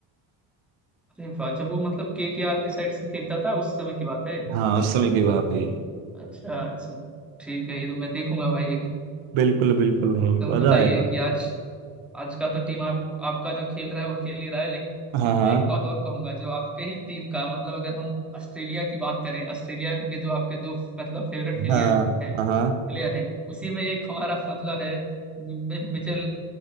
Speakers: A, in the centre; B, on the right.
A: अरे वाह जब वो मतलब के के आर की साइड से खेलता था उस समय की बात है
B: हाँ उस समय की बात है ये।
A: अच्छा अच्छा ठीक है ये तो मैं देखूंगा भाई
B: बिल्कुल बिल्कुल भाई
A: एकदम
B: मजा
A: बताइए
B: आएगा
A: कि आज आज का तो टीम आप आपका जो खेल रहा है वो खेल ही रहा है
B: हाँ हाँ
A: एक बात और कहूंगा जो आपके ही टीम का मतलब अगर हम ऑस्ट्रेलिया की बात करें ऑस्ट्रेलिया के जो आपके दो मतलब फेवरेट प्लेयर
B: हाँ
A: हैं
B: हाँ हाँ
A: प्लेयर हैं उसी में एक हमारा मतलब है मि- मिचेल